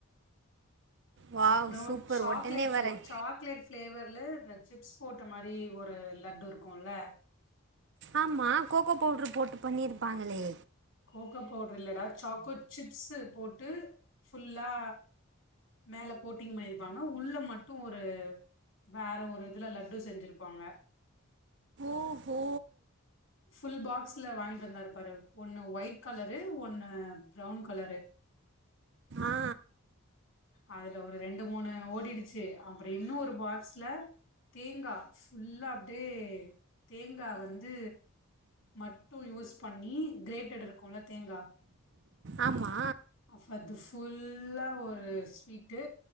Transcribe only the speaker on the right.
வாவ்
சூப்பர்
உடனே வரேன்
ஆமா கோகோ பவுட்ரு போட்டு பண்ணியிருப்பாங்களே
ஓஹோ
ஆ
ஆமா